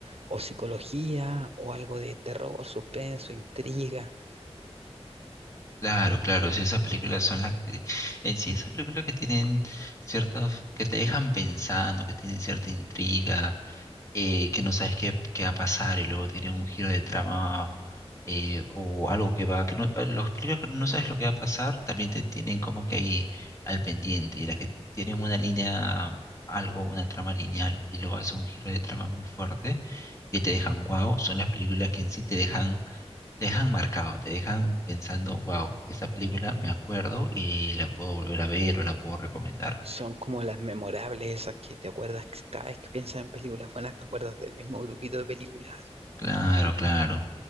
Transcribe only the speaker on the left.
Claro, claro, sí, esas películas son las que, en sí, esas películas que tienen ciertas, que te dejan pensando, que tienen cierta intriga, eh, que no sabes qué, qué va a pasar y luego tiene un giro de trama eh, o algo que va, que no, eh, los películas que no sabes lo que va a pasar también te tienen como que ahí al pendiente y las que tienen una línea, algo, una trama lineal y luego hace un giro de trama muy fuerte y que te dejan wow, son las películas que en sí te dejan, te dejan marcado, te dejan pensando wow, esa película me acuerdo y la puedo volver a ver o la puedo recomendar.
Claro, claro.